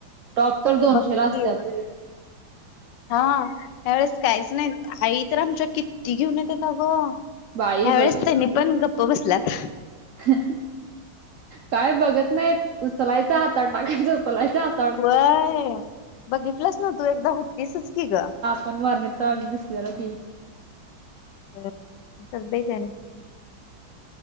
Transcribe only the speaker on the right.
टॉप तर दोनशेला
असतात
बाई
हं हं... काय बघत नाईत... उचलायचं हातात... टाकायचं उचलायचं हातात
पण.... <unintelligible> दिसलेलो की